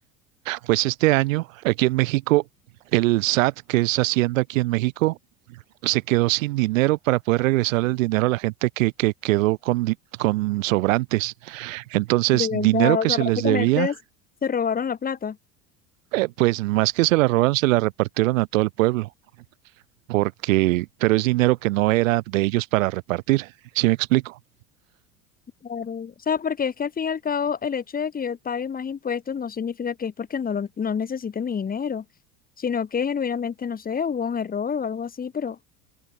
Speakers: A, on the right; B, on the left.
A: Pues este año, aquí en México, el SAT, que es Hacienda aquí en México, se quedó sin dinero para poder regresar el dinero a la gente que, que quedó con, di- con sobrantes. Entonces,
B: De verdad,
A: dinero que
B: o sea,
A: se
B: prácticamente
A: les debía,
B: es- se robaron la plata.
A: eh, pues más que se la robaron, se la repartieron a todo el pueblo, porque, pero es dinero que no era de ellos para repartir. ¿Sí me explico?
B: Claro. O sea, porque es que al fin y al cabo el hecho de que yo pague más impuestos no significa que es porque no, lo- no necesite mi dinero, sino que genuinamente, no sé, hubo un error o algo así, pero,